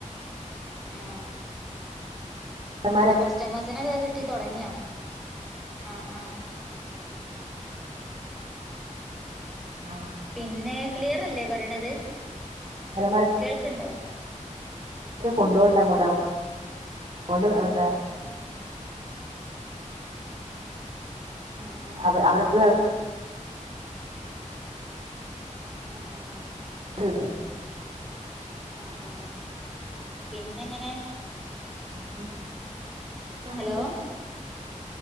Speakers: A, in the centre; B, on the right.
A: ആ
B: കൂട്ടുകാരന്മാരൊക്കെ
A: ഇപ്പൊ കസ്റ്റമേഴ്സിനൊക്കെ കിട്ടി തൊടങ്ങിയോ ആ ആ
B: ആ
A: പിന്നെ ക്ലിയറല്ലേ പറേണത്
B: എലമരം
A: കേൾക്ക്ണ്ടോ
B: അത് കൊണ്ട്‌ പോവണ്ട അങ്ങോട്ടാ അതോണ്ട് എന്താ
A: ങേ ആഹ് ആഹ്
B: അവെ അവെടെപ്പോഴും <inaudible>
A: ആഹ് ആഹ്
B: ഴിഞ്ഞു
A: ആ ആ പിന്നെ ഇങ്ങനെ
B: <unintelligible> താന
A: ഹലോ
B: <inaudible>